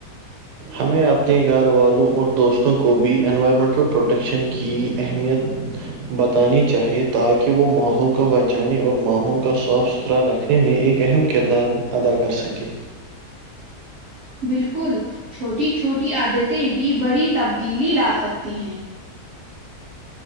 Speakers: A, on the right (about 85°); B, on the right (about 60°).
A: ہمیں اپنے گھر والوں اور دوستوں کو بھی انوائرمنٹل پروٹکشن کی اہمیت بتانی چاہیے تاکہ وہ ماحول کو بچانے اور ماحول کا صاف س ستھرا رکھنے میں ایک اہم کردار ادا کر سکے
B: بالکل چھوٹی چھوٹی عادتیں بھی بڑی تبدیلی لا سکتی ہیں